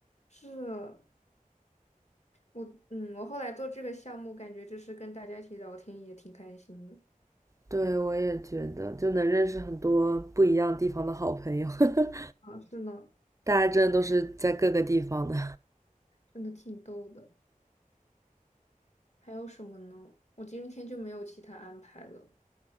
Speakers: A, on the left; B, on the right.
A: 是我嗯，我后来做这个项目，感觉就是跟大家一起聊天也挺开心的。
B: 对，我也觉得，就能认识很多不一样地方的好朋友，<laughs>
A: 啊，是呢，
B: 大家真的都是在各个地方的。
A: 真的挺逗的。还有什么呢？我今天就没有其他安排了。